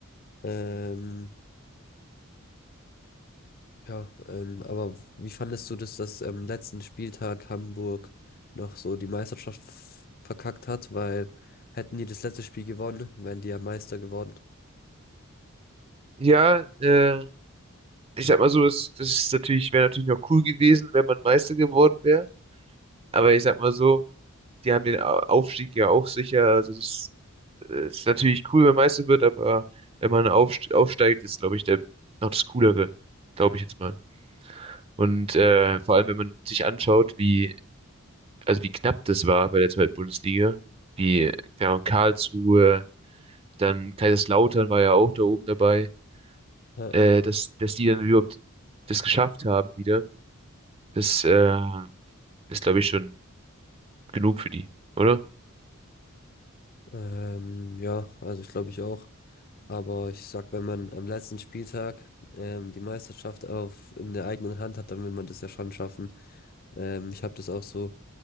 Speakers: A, on the left; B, on the right.
A: Ähm, Ja, ähm, aber wie fandest du das, dass am letzten Spieltag Hamburg noch so die Meisterschaft f- verkackt hat? Weil hätten die das letzte Spiel gewonnen, wären die ja Meister geworden.
B: Ja, äh, ich sag mal so, das, das ist natürlich, wäre natürlich noch cool gewesen, wenn man Meister geworden wäre. Aber ich sag mal so, die haben den Au- Aufstieg ja auch sicher. Also es ist, äh, ist natürlich cool, wenn Meister wird, aber wenn man aufst aufsteigt, ist, glaube ich, der noch das Coolere, glaube ich jetzt mal. Und äh, vor allem, wenn man sich anschaut, wie, also wie knapp das war bei der zweiten Bundesliga, wie ja, und Karlsruhe, dann Kaiserslautern war ja auch da oben dabei,
A: Ja,
B: äh, dass, dass die dann überhaupt das geschafft haben wieder, das äh, ist, glaube ich, schon genug für die, oder?
A: ähm, ja, also ich glaube ich auch. Aber ich sag, wenn man am letzten Spieltag ähm, die Meisterschaft auf in der eigenen Hand hat, dann will man das ja schon schaffen. Ähm, ich habe das auch so